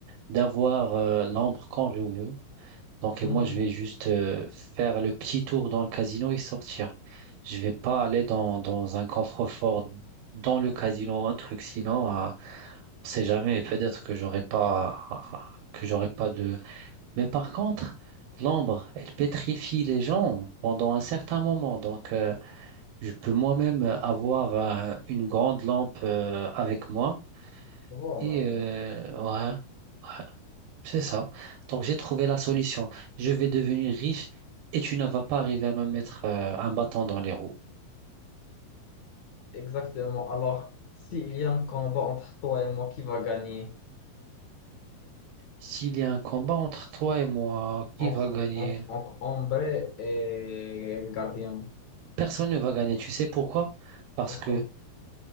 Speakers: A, on the right; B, on the left.
A: d'avoir euh, l'ombre quand je veux. Donc,
B: <laughs>
A: et moi, je vais juste euh, faire le petit tour dans le casino et sortir. Je vais pas aller dans, dans un coffre-fort dans le casino ou un truc, sinon, euh, on sait jamais. Peut-être que j'aurai pas, que j'aurai pas de. Mais par contre, l'ambre, elle pétrifie les gens pendant un certain moment. Donc, euh, je peux moi-même avoir euh, une grande lampe euh, avec moi
B: Voilà.
A: et euh, ouais. ouais. C'est ça. Donc j'ai trouvé la solution. Je vais devenir riche et tu ne vas pas arriver à me mettre euh, un bâton dans les roues.
B: Exactement. Alors, s'il y a un combat entre toi et moi, qui va gagner?
A: S'il y a un combat entre toi et moi, qui
B: Entre,
A: va gagner?
B: entre, entre Ambre et le Gardien.
A: Personne ne va gagner. Tu sais pourquoi? Parce
B: Pourquoi?
A: que